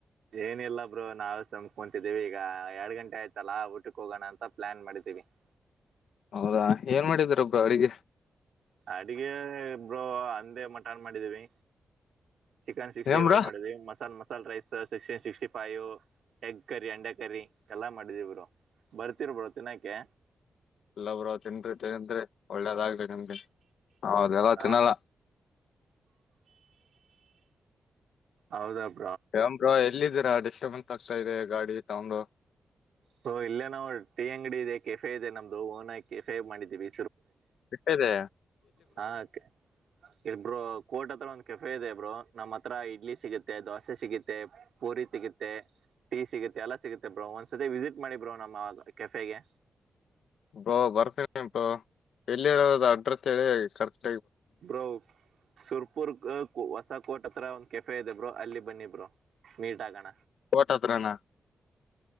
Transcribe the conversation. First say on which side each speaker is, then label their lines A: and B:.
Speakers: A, on the right; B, on the left.
A: ಏನಿಲ್ಲ ಬ್ರೊ ನಾವೆ ಸಮಕೊಂತಿದ್ದೀವಿ ಈಗ ಎರಡ್ ಗಂಟೆ ಆಯ್ತಲ್ಲಾ ಊಟಕ್ಕೆ ಹೋಗೋಣ ಅಂತ ಪ್ಲಾನ್ ಮಾಡಿದ್ದೀವಿ <inaudible>
B: ಹೌದಾ ಏನ್ ಮಾಡಿದಿರ ಬ್ರೊ ಅಡಿಗೆ
A: ಅಡಿಗೆ ಬ್ರೊ ಅಂದೇ ಮಠನ್ ಮಾಡಿದಿವಿ ಚಿಕನ್ ಸಿಕ್ಸ್ಟಿ
B: ಏನ್
A: ಫೈವ
B: ಬ್ರೋ
A: ಮಾಡಿದೀವಿ ಮಸಾಲ್ ಮಸ್ತ್ masala rice sixty sixty five egg curry ಅಂಡೆ ಕರಿ ಎಲ್ಲಾ ಮಾಡಿದಿವಿ ಬರ್ತಿ ಬ್ರೊ ತಿನ್ನಕೆ
B: ಇಲ್ಲ ಬ್ರೊ ತಿನ್ರಿ ತಿನ್ರಿ ಬ್ರೊ ಒಳ್ಳೇದಾಗ್ಲಿ ನಿಮ್ಗೆ ಅದೆಲ್ಲ
A: ಹಾ
B: ತಿನ್ನಲ್ಲ
A: ಹೌದ ಬ್
B: ಯಮ್ ಬ್ರೊ ಎಲ್ಲಿದ್ದೀರಾ ಡಿಸ್ಟರ್ಬೆನ್ಸ್ ಆಗ್ತಾ ಇದೆ ಗಾಡಿ ಸೌಂಡು
A: ಸೊ ಇಲ್ಲೇ ನಾವು ಟಿ ಅಂಗಡಿ ಇದೆ ಕೆಫೆ ಇದೆ ನಮ್ದು ಓನ ಕೆಫೆ ಮಾಡಿದಿವಿ
B: ಎಷ್ಟದೆ
A: ಹಾಂ ಓಕೆ ಎ ಬ್ರೊ ಕೋರ್ಟ್ ಹತ್ರ ಒಂದ್ ಕೆಫೆ ಇದೆ ಬ್ರೊ ನಮ್ಮ್ ಹತ್ರ ಇಡ್ಲಿ ಸಿಗುತ್ತೆ ದೋಸೆ ಸಿಗುತ್ತೆ ಪೂರಿ ಸಿಗತ್ತೆ ಟೀ ಸಿಗುತ್ತೆ ಎಲ್ಲಾ ಸಿಗುತ್ತೆ ಬ್ರೌನ್ಸ್ <unintelligible> ವಿಸಿಟ್ ಮಾಡಿಬ್ರೋ ನಮ್ಮ ಕೆಫಗೆ
B: ಬ್ರೊ ಬರ್ತೀನ ಬ್ರೊ ಎಲ್ಲಿರೋದು ಅಡ್ರೆಸ್ ಹೇಳಿ <unintelligible>
A: ಬ್ರೋ ಸುರಪುರ್ <unintelligible> ಕೋರ್ಟ್ ಹತ್ರ ಒಂದ್ ಕೆಫೆ ಇದೆ ಬ್ರೊ ಅಲ್ಲಿ ಬನ್ನಿ ಬ್ರೊ ಮೀಟ್ ಆಗಣ
B: ಕೋರ್ಟ್ ಹತ್ರನ